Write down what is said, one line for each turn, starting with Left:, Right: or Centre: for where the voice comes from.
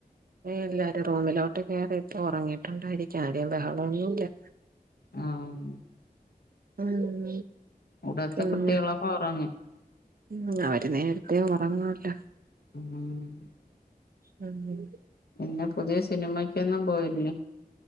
Right: എല്ലാരും റൂമിലോട്ട് കേയറി ഇപ്പം ഉറങ്ങിയിട്ടുണ്ടായിരിക്കാം ആരേം ബഹളഒന്നുല്ല
Left: ആഹ്
Right: ഉം
Left: ഇവിടുത്തെ
Right: പിന്നെ
Left: കുട്ടികളൊക്കെ ഒറങ്ങി
Right: ഉം അവര് നേരത്തേ ഉറങ്ങുവല്ലോ
Left: ഉം
Right: <unintelligible>
Left: പിന്നെ പുതിയ സിനിമക്കൊന്നും പോയില്ലേ